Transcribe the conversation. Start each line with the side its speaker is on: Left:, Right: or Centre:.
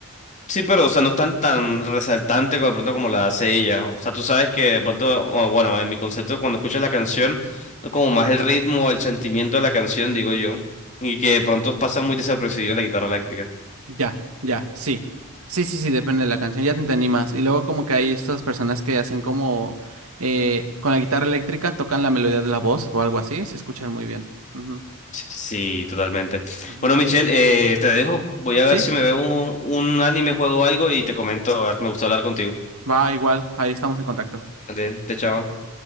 Left: Sí, pero, o sea, no es tan, tan resaltante como, de pronto como la hace ella. O sea, tú sabes que de pronto, o bueno, en mi concepto, cuando escuchas la canción, es como más el ritmo, el sentimiento de la canción, digo yo, y que de pronto
Right: Ujú.
Left: pasa muy desapercibido la guitarra eléctrica.
Right: Ya, ya, sí. Sí, sí, sí, depende de la canción, ya te entendí más. Y luego como que hay estas personas que hacen como eh, con la guitarra eléctrica tocan la melodía de la voz o algo así, se escuchan muy bien. Ujú,
Left: Sí, totalmente.
Right: ujú.
Left: Bueno, Michelle, eh, te dejo. Voy a
Right: Sí,
Left: ver si me veo un, un anime, juego algo y te comento. Me gustó hablar contigo.
Right: va igual, ahí estamos en contacto.
Left: Vale, te chao.
Right: Ujú.